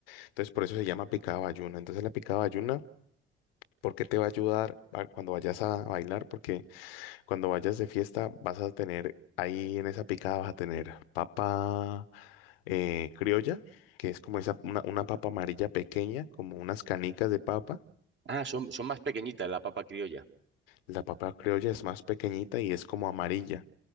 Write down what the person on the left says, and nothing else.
entonces por eso se llama picada bayuna. Entonces la picada bayuna, ¿por qué te va a ayudar a- cuando vayas a bailar? Porque Cuando vayas de fiesta, vas a tener ahí en esa picada, vas a tener papa eh, criolla, que es como esa,
una, una papa amarilla pequeña, como unas canicas de papa.
La papa criolla es más pequeñita y es como amarilla.